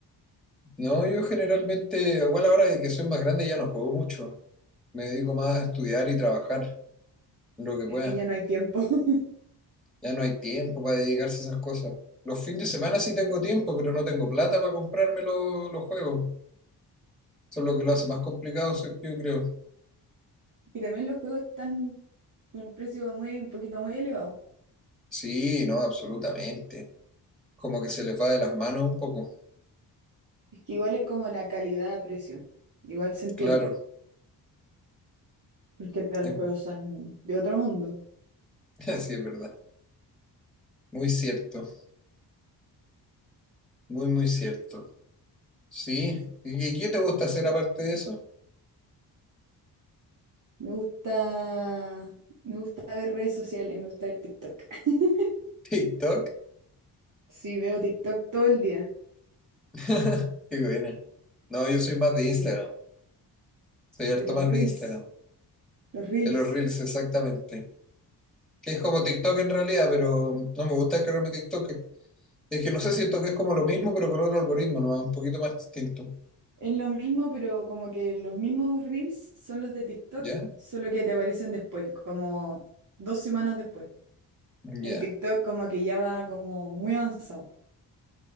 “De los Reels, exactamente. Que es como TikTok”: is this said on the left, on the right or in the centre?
Centre